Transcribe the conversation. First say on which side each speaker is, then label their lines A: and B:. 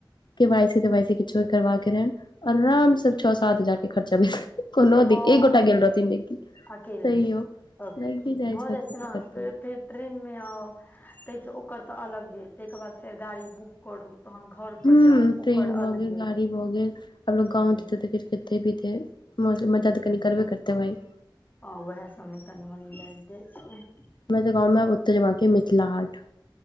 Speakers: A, on the left; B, on the left.
A: के वाइ सी, ते वाइ सी, किछो करबा के रहैन, आराम स छो सात हजार के खर्चा भेलैन। कोनोदी
B: हँ
A: ई, एक गोटा गेल रहथिन, लेकिन।
B: अकेले,
A: तैयो
B: अखन
A: लागे
B: भऽ जाइ
A: कतबो
B: छै न,
A: की करतै
B: देर
A: लोक
B: तेर। ट्रेन मे आउ, तय सँ ओकर तऽ अलगे, तइ के बाद फेर गाड़ी बुक करू, तहन घर पर
A: हूं
B: जाउ,
A: ट्रेन
B: ओकर
A: भऽ
B: अलगे।
A: गेल गाड़ी भऽ गेल, आब लोक
B: ह
A: गाँव जेतै, तऽ किछ खेतै, पितै, म, मजा तऽ कनि करबे करतै भाइ।
B: आ, उएह सबमे कनी मनी भ जाइ छै।
A: हमरा तऽ गाँवमे ओत जेबाक या, मिथिला हाट